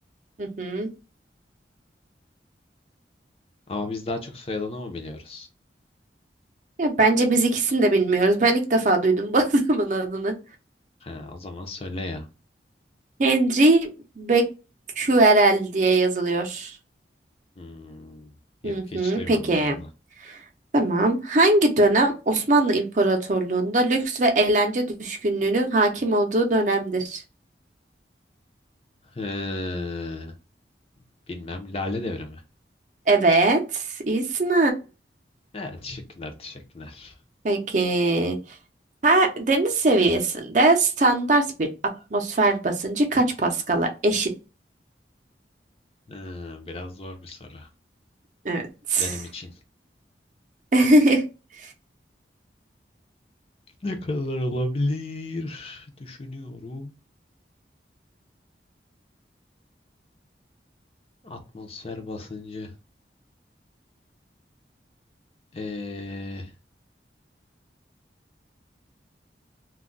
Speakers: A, on the right; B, on the left.
A: Hı hı.
B: ama biz daha çok soyadını mı biliyoruz?
A: Ya bence biz ikisini de bilmiyoruz. Ben ilk defa duydum bu <laughs> adamın adını.
B: Ha, o zaman söyle ya.
A: Henry Becquerel diye yazılıyor.
B: Hmm, yok
A: Hı
B: hiç
A: hı.
B: duymadım
A: Peki.
B: valla.
A: Tamam. Hangi dönem Osmanlı İmparatorluğu'nda lüks ve eğlence düşkünlüğünün hakim olduğu dönemdir?
B: He. Bilmem Lale Devrimi.
A: Evet. İyisin
B: Evet, teşekkürler teşekkürler.
A: Peki. Her deniz seviyesinde standart bir atmosfer basıncı kaç paskala eşit?
B: Ha, biraz zor bir soru.
A: Evet.
B: Benim için.
A: <laughs>
B: Ne kadar olabilir? Düşünüyorum. Atmosfer basıncı. Ee,